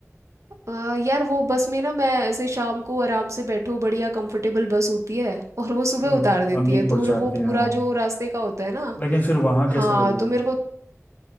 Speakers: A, on the right; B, on the left.
A: अ, यार वो बस में ना मैं ऐसे शाम को आराम से बैठो बढ़िया कंफर्टेबल बस होती है और वो सुबह
B: तो
A: उतार देती
B: मॉर्निंग
A: है
B: पहुँचाती
A: तो वो
B: है
A: पूरा
B: हाँ
A: जो रास्ते का होता है ना
B: लेकिन फिर वहाँ कैसे
A: हाँ
B: करोगे
A: तो मेरे को